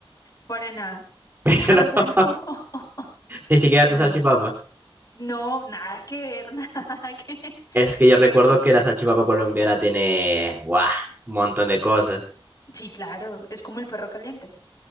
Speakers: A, on the left (about 40°); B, on the right (about 25°).
A: Para nada.
B: <laughs>
A: La verdad, <laughs>
B: Ni siquiera
A: no.
B: tu salchipapa.
A: No, no, nada que ver, <laughs> nada que...
B: Es que yo
A: Me
B: recuerdo
A: fui.
B: que la salchipapa colombiana tiene, ¡buah! un montón de cosas.
A: Sí, claro, es como el perro caliente.